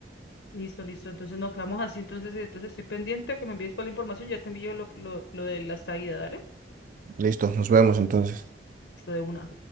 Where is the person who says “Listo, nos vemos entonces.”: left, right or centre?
Right